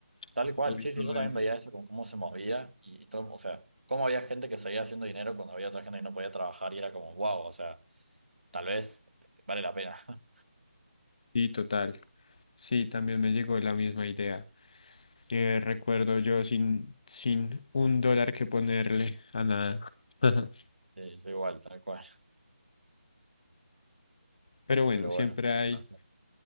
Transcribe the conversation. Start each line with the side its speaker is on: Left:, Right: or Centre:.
Right: Tal
Left: <laughs> Cuando
Right: cual,
Left: vi
Right: sí,
Left: todo
Right: sí, yo también
Left: eso.
Right: veía eso con cómo se movía y, y todo, o sea, cómo había gente que seguía haciendo dinero cuando había otra gente que no podía trabajar y era como, wow, o sea, tal vez vale la pena. <laughs>
Left: Sí, total. Sí, también me llegó la misma idea. que recuerdo yo sin, sin un dólar que ponerle a nada. <laughs>
Right: Sí, yo igual, tal cual.
Left: Pero bueno,
Right: Pero
Left: siempre
Right: bueno,
Left: hay,
Right: pasa.